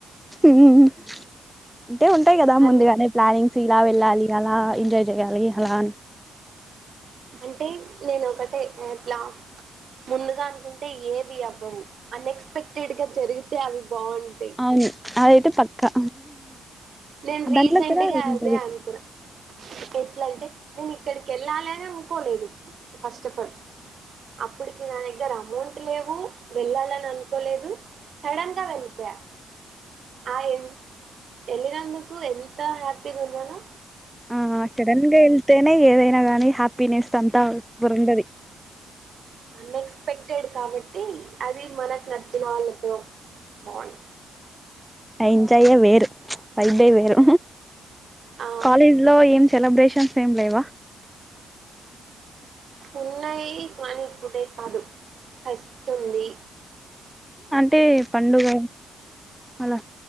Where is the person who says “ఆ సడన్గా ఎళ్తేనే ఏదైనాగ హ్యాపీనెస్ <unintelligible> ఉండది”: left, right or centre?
Centre